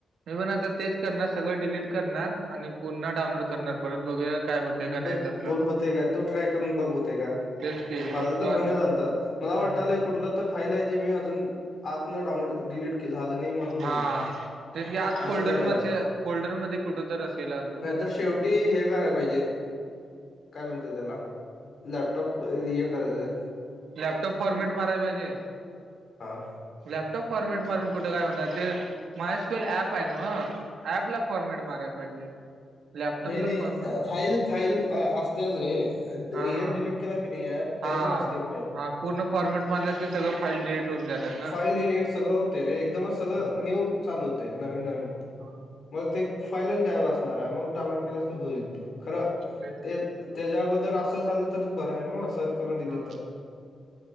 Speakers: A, on the right; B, on the left.
A: मी पण आता तेच करणार सगळं डिलीट करणार आणि पुन्हा डाऊनलोड करणार. परत बघूया काय होतंय का नाही
B: बघ
A: तसला.
B: बघ होते का तू ट्राय करून बघ होतेय का
A: तेच की
B: माझं
A: बघतो
B: तर होईना
A: आता.
B: झालत. मला वाटालय
A: हं, हं.
B: कुठलं तर फाईल आहे ती जे मी अजून आतन डाउलोड डिलीट झालं नाही म्हणून तर
A: हां.
B: होईना
A: तेच की आत
B: असं
A: फोल्डरमध्ये
B: काहीतरी आहे
A: फोल्डरमध्ये कुठेतरी असेल अजून.
B: नाहीतर शेवटी <unintelligible> हे कराय पाहिजे काय म्हणते त्याला लॅपटॉप हे करायचं.
A: लॅपटॉप फॉर्मॅट मारायला पाहिजे.
B: <unintelligible>
A: लॅपटॉप फॉर्मेट मारुन कुठे काय होणार ते मायस्क्यल ऍप आहे नव्हं. ऍपला फॉर्मेट मारायला पाहिजे. लॅपटॉपला
B: नाही नाही
A: फॉर्मेट मार
B: फाईल फाईल असत्याच रे.
A: हा
B: हे
A: हा
B: डिलीट केलाच नाही ॲप
A: हा
B: तरी पण असते फाईल.
A: हा पूर्ण फॉर्मेट मारला की सगळं फाईल डिलीट होऊन जातात. ना
B: फाईल डिलीट सगळं होते रे एकदमच सगळं
A: हा
B: न्यू चालू होते नवीन नवीन.
A: हा हा
B: मग ते फाईलच गायब असणार आहे मग डाउनलोड केल्यास की होईल खरं
A: तेच
B: ते
A: की.
B: त्याच्या अगोदर असं झालं तर बरं आहे नावं सर करून दिले
A: हा
B: तर.